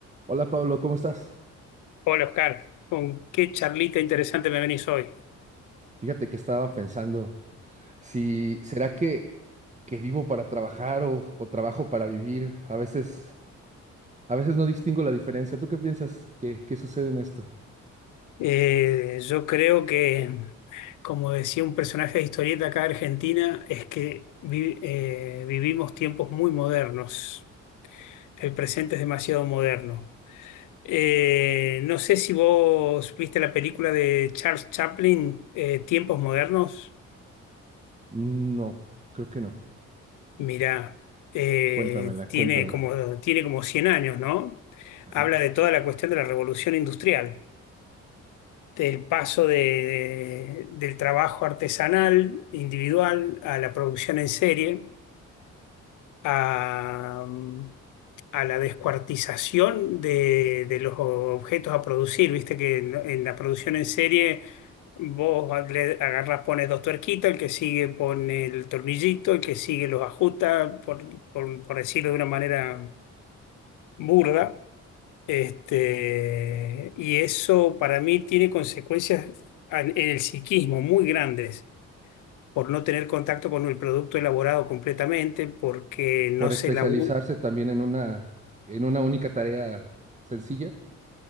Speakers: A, on the right; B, on the left.
A: Hola Pablo, ¿cómo estás?
B: Hola Oscar, con qué charlita interesante me venís hoy.
A: Fíjate que estaba pensando si será que, que vivo para trabajar o, o trabajo para vivir. A veces, a veces no distingo la diferencia. ¿Tú qué piensas que, que sucede en esto?
B: Eh, yo creo que, como decía un personaje de historieta acá de Argentina, es que vi- eh, vivimos tiempos muy modernos. El presente es demasiado moderno. Eh, no sé si vos viste la película de Charles Chaplin, eh, Tiempos Modernos.
A: No, creo que no.
B: Mirá, eh,
A: Cuéntamela,
B: tiene
A: cuéntamela.
B: como, tiene como 100 años, ¿no?
A: Ajá.
B: Habla de toda la cuestión de la revolución industrial. del paso de- de- del trabajo artesanal, individual, a la producción en serie, a, mm, a la descuartización de, de los objetos a producir. Viste que en, en la producción en serie vos le agarrás, pones dos tuerquitas, el que sigue pone el tornillito, el que sigue los ajusta, por, por por decirlo de una manera burda este, y eso para mí tiene consecuencias en, en el psiquismo muy grandes por no tener contacto con el producto elaborado completamente, porque no
A: Por especializarse
B: se elabora,
A: también en una, en una única tarea sencilla.